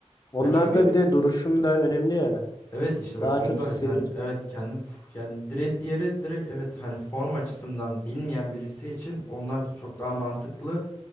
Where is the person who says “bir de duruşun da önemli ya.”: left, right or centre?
Left